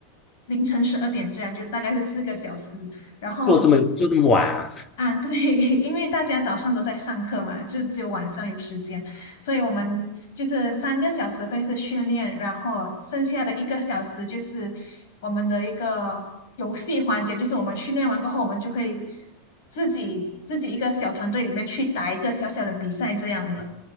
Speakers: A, on the left (about 65°); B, on the left (about 15°).
A: 凌晨十二点这样，就大概是四个小时。然后
B: 做这么就这么晚啊？
A: 啊，对，<laughs> 因为大家早上都在上课嘛，就只有晚上有时间，所以我们就是三个小时会是训练，然后剩下的一个小时就是我们的一个游戏环节，就是我们训练完过后，我们就会自己自己一个小团队里面去打一个小小的比赛这样的。